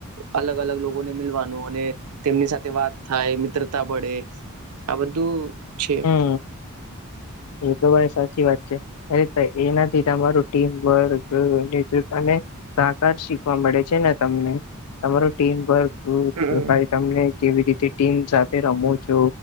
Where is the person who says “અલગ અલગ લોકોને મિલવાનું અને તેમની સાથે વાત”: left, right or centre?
Right